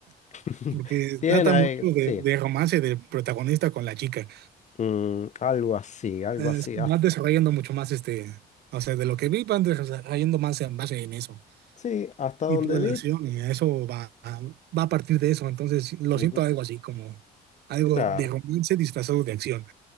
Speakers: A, on the left; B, on the right.
A: <laughs>
B: porque
A: Tiene
B: trata
A: ahí,
B: mucho de,
A: sí.
B: de romance del protagonista con la chica.
A: mm, algo así, algo
B: Eh,
A: así.
B: van
A: Hasta,
B: desarrollando mucho más este, o sea, de lo que vi, van desarrollando más, más en eso.
A: sí, hasta donde
B: y toda
A: vi.
B: la acción, y eso va, va a partir de eso. Entonces, sí, lo
A: ujú,
B: siento algo así, como algo
A: claro.
B: de romance disfrazado de acción.